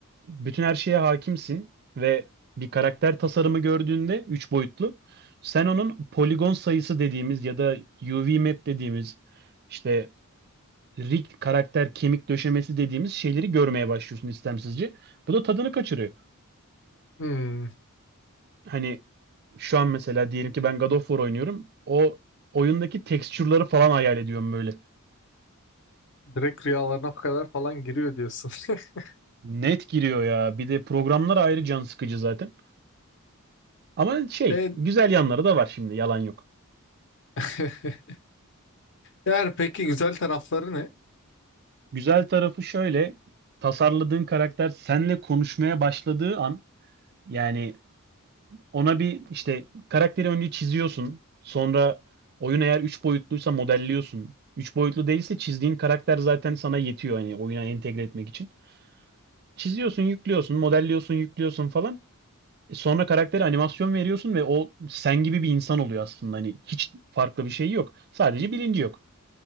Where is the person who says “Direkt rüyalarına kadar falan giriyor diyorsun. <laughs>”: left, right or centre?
Left